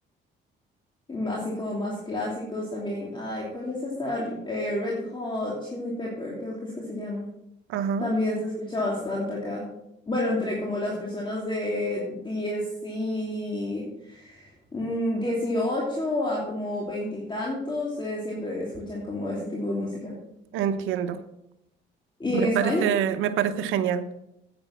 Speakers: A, on the left (about 25°); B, on the right (about 85°).
A: así como más clásicos también. Ay, ¿cuál es esta? Eh, Red Hot, Chili Pepper, creo que es que se llama.
B: Ajá,
A: También se escucha bastante acá. Bueno, entre como las personas de 10 y mm, 18 a como veintitantos, eh, siempre escuchan como ese tipo de música.
B: entiendo.
A: ¿Y
B: Me
A: en España?
B: parece, me parece genial.